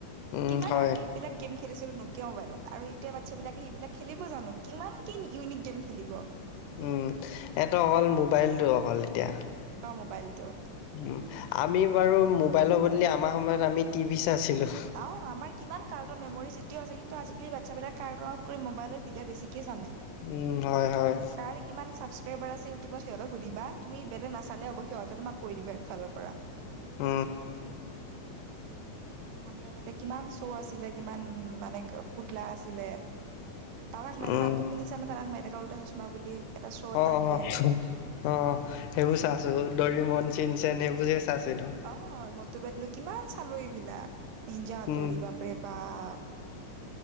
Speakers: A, on the left (about 80°); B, on the right (about 85°).
A: উম,
B: কিমান
A: হয়,
B: আমি বিলাক গেম খেলিছিলো নকীয়া মোবাইলত আৰু এতিয়া বাচ্ছাবিলাকে সেইবিলাক খেলিব জানোঁ? কিমান কিনি ইউনিক গেম খেলিব।
A: উ <unintelligible> অকল মোবাইলটো অকল এতিয়া।
B: <unintelligible> মোবাইলটো।
A: উ আমি বাৰু মোবাইলৰ বদলি আমাৰ সময়ত আমি টিভি চাইছিলোঁ।
B: আও আমাৰ কিমান কাৰ্টৰ মেমৰিজ এতিয়াও আছে কিন্তু আজিকালি বাচ্ছাবিলাক কাৰ্টনত কৰি মোবাইলৰ ভিডিঅ' বেছিকে জানে।
A: উম, হয়, হয়,
B: তাৰ কিমান চাব <unintelligible> সুধিবা তুমি বেলেগ নাচালে হ'ব। সিহঁতে তোমাক কৈ দিব একফালৰ পৰা।
A: উ
B: আমি আগতে কিমান শ্ব' আছিলে কিমান মানে পুতলা আছিলে। তাৰাক মেহতা
A: উম,
B: নামটো শুনিছা নে? তাৰাক মেহতা কা উল্টা চচমা বুলি? এটা শ্ব' এটা
A: অ অ
B: দিয়ে
A: অ সেইবোৰ চাইছো। ডৰিমন চিন চেন সেইবোৰহে চাইছিলো।
B: অ 'মটু পেটলু' কিমান চালো এইবিলাক 'নিঞ্জা হাতৰি'
A: উম
B: বাপৰে বাপ